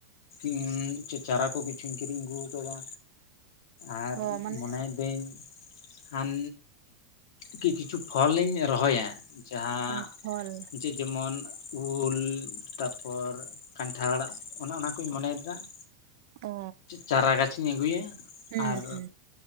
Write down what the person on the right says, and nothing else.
ᱦᱚᱸ ᱢᱟᱱᱮ
ᱚ ᱯᱷᱚᱞ
ᱚ
ᱦᱩᱸ
ᱦᱩᱸ